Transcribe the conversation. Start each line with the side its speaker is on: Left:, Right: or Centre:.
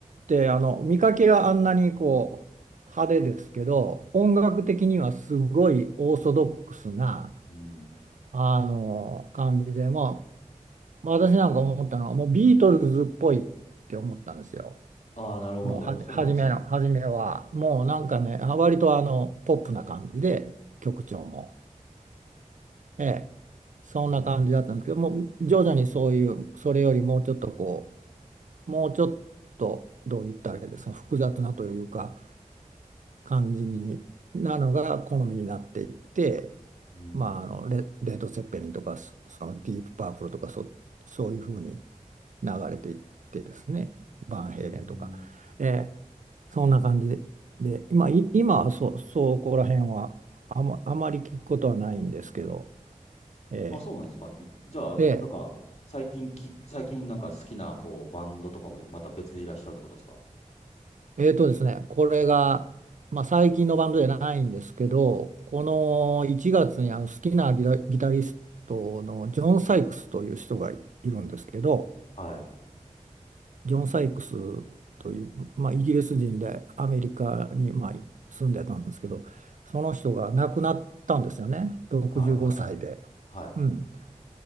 Right: てあの見かけがあんなにこう派手ですけど、音楽的にはすごいオーソドックスな。
Left: うん。
Right: あの感じで、まあ、私なんか思ったのは、もうビートルズっぽいって思ったんですよ。
Left: ああ、なるほど。
Right: もうはじ、
Left: そうなんですね。
Right: 初めの、初めは、
Left: うん。
Right: もうなんかね、あ割とあの、ポップな感じで、曲調も。ええ、そんな感じだったんですけど、
Left: そ
Right: もう徐々にそういう、それよりもうちょっとこう、もうちょっと、どう言ったらいいですか、複雑なというか、感じになのが好みになっていって、
Left: う。うん。
Right: まあ、あのレ、レッド・ツェッペリンとかそそのディープ・パープルとかそ、そういうふうに流れていってですねバンヘイレンとか、
Left: うん。
Right: えーそんな感じで、でまあ、い今はそ、そこら辺はあま、あまり聞くことはないんですけど、え
Left: あ、そうなんですか。いじゃあ、
Right: ーで
Left: なんか、最近き、最近なんか好きな、こう、バンドとかもまた別でいらっしゃるってことですか
Right: えーとですね、これが、まあ、最近のバンドじゃないんですけど、この1月にあの好きなギタ、ギタリストのジョン・サイクスという人がいるんですけど、
Left: はい。
Right: ジョン・サイクスという、まあ、イギリス人でアメリカに、まあ、住んでたんですけど、その人が亡くなったんですよね、65歳で。
Left: はい、はい、はい。は
Right: うん